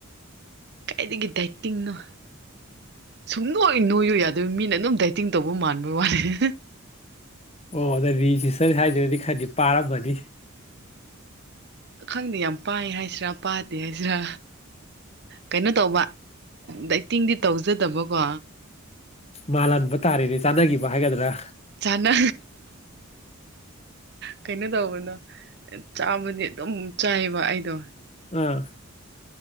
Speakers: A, on the right; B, on the left.
A: ꯀꯥꯏꯗꯒꯤ ꯗꯥꯏꯇꯤꯡꯅꯣ ꯁꯨꯝꯅꯣꯏꯅꯣꯏꯎ ꯌꯥꯗ ꯑꯗꯨ ꯃꯤꯅ ꯑꯗꯨꯝ ꯗꯥꯏꯇꯤꯡ ꯇꯧꯕ ꯃꯥꯟꯕ ꯋꯥꯠꯂꯦ
B: ꯑꯣ ꯑꯗ ꯃꯤ ꯁꯤ ꯁꯔꯤ ꯍꯥꯏꯗ꯭ꯔꯗꯤ ꯈꯔꯗꯤ ꯄꯥꯔꯃꯅꯤ
A: ꯈꯪꯅꯤ ꯌꯥꯝ ꯄꯥꯏ ꯍꯥꯏꯁꯤꯔꯥ ꯄꯥꯗꯦ ꯍꯥꯏꯁꯤꯔꯥ ꯀꯩꯅꯣ ꯇꯧꯕ ꯑꯦꯛꯇꯤꯡꯗꯤ ꯇꯧꯖꯗꯕꯀꯣ
B: ꯃꯥꯜꯍꯟꯕ ꯇꯥꯔꯦꯅꯦ ꯆꯥꯟꯅꯈꯤꯕ ꯍꯥꯏꯒꯗ꯭ꯔꯥ
A: ꯆꯥꯟꯅ ꯀꯩꯅꯣ ꯇꯧꯕꯗꯣ ꯆꯥꯕꯗꯤ ꯑꯗꯨꯝ ꯆꯥꯏꯑꯕ ꯑꯩꯗꯣ
B: ꯎꯝ